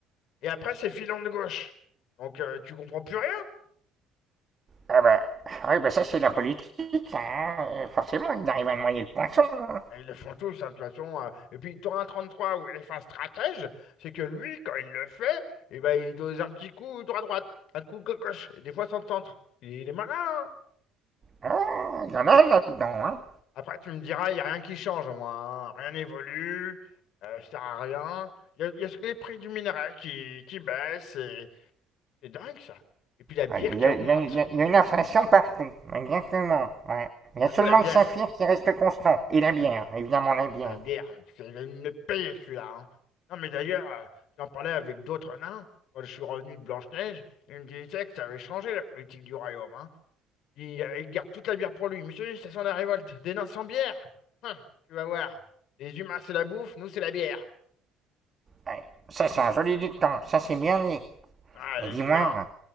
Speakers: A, on the left; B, on the right.
A: et après, c'est filon de gauche. Donc, euh, tu comprends plus rien.
B: Ah bah, ah oui, bah ça c'est la politique, hein. Euh, forcément, ils arrivent à noyer le poisson. hein.
A: Et ils le font tous, hein, de toute façon. euh. Et puis, t'auras un 33 où il est fin stratège, c'est que lui, quand il le fait, eh ben, il dose un petit coup droit-droite, un coup gauche, et des fois sans centre. Il il est malin. hein.
B: Ah, il y en a là-dedans. Hein.
A: Après, tu me diras, il n'y a rien qui change, moi. hein. Rien n'évolue, euh, ça sert à rien. Il y a, il y a que les prix du minerai qui, qui baissent, et c'est dingue, ça. Et puis, la bière
B: Ah, Il
A: qui
B: y, a-
A: augmente.
B: il y a- il y a- une inflation partout, exactement. ouais. Il y a
A: Surtout
B: seulement
A: la bière.
B: le saphir qui reste constant, et la bière,
A: Euh,
B: évidemment la bière.
A: Ah merde, c'est une payer celui-là. hein. Non mais d'ailleurs, euh, j'en parlais avec d'autres nains quand je suis revenu de Blanche-Neige. Ils me disaient que ça avait changé la politique du royaume. Hein. Il, euh, il garde toute la bière pour lui. Monsieur, ça sent la révolte. Des nains sans bière. Hein, tu vas voir. Les humains, c'est la bouffe, nous, c'est la bière.
B: Ouais. Ça c'est un joli dicton, ça c'est bien dit.
A: Ah, les
B: Et dis-moi,
A: humains,